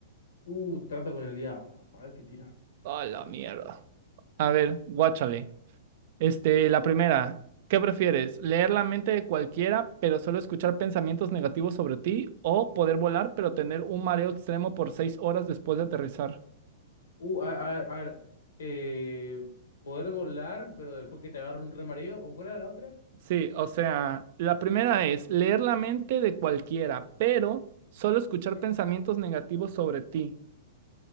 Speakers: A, on the left; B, on the right.
A: Uh, trato con el diablo. A ver qué tira.
B: A la mierda. A
A: Uf.
B: ver, guáchale. Este, la primera, ¿qué prefieres? ¿Leer la mente de cualquiera, pero solo escuchar pensamientos negativos sobre ti? ¿O poder volar, pero tener un mareo extremo por seis horas después de aterrizar?
A: Uh, a, a- a ver. Eh, poder volar, pero después que te agarre un remareo. ¿O cuál era la otra?
B: Sí, o sea, la primera es leer la mente de cualquiera, pero solo escuchar
A: ¿Sí?
B: pensamientos negativos sobre ti.